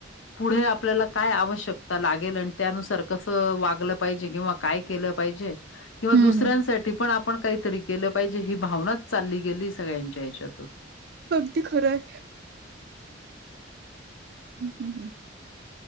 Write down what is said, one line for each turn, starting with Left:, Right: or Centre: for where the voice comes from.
Left: पुढे आपल्याला काय आवश्यक लागेल आणि त्यानुसार कसं वागलं पाहिजे किंवा काय केलं पाहिजे किंवा
Right: हम्म
Left: दुसऱ्यांसाठी
Right: हम्म
Left: पण आपण काहीतरी केलं पाहिजे ही भावनाच चालली गेली सगळ्यांच्या हच्यातून
Right: अगदी खरं आहे हं, हं, हं.